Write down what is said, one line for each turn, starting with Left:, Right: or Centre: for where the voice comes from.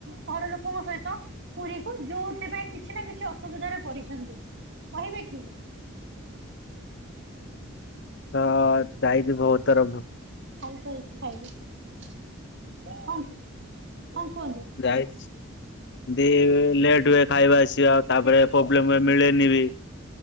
Right: ଘର ଲୋକଙ୍କ ସହିତ ପୁରୀ କ ଯୋଉଥିପାଇଁ କିଛି ନା କିଛି ଅସୁବିଧାରେ ପଡିଛନ୍ତି କହିବେ କି
Left: ହଁ ଯାଇଛିି ବଉତ ତରଫ
Right: ଖାଇସାରିକି ଖାଇବୁ ହ ହଁ କୁହନ୍ତୁ
Left: ଯାଇଛି ଦ ଲେଟ୍ ହୁଏ ଖାଇବା ଆସିବାଉ ତାପରେ ପ୍ରୋବ୍ଲେମ ମିଳେନି ବି